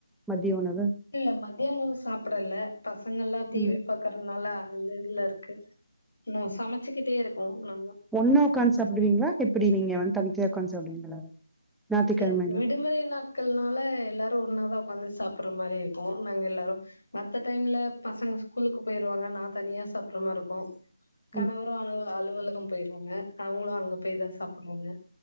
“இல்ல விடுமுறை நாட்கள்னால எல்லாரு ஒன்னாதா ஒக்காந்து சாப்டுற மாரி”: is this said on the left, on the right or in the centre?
Left